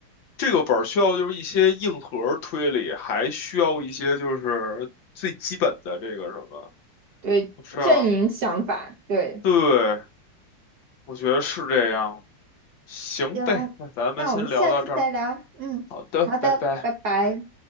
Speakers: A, on the left; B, on the right.
A: 这个本儿需要就是一些硬核推理，还需要一些就是最基本的这个什么，
B: 对，
A: 是啊？
B: 阵营想法，对，
A: 对，我觉得是这样。行呗，
B: 行，
A: 那咱们先聊到这儿。
B: 那我们下次再聊。嗯，
A: 好的，
B: 好的，
A: 拜拜。
B: 拜拜。